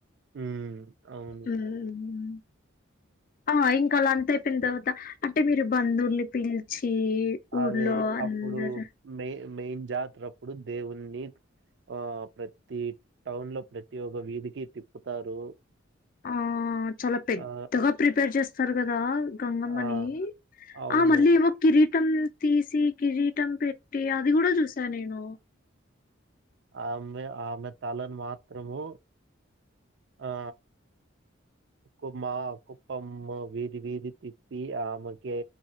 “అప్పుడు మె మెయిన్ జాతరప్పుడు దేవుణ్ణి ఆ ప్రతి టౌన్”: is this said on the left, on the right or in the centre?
Right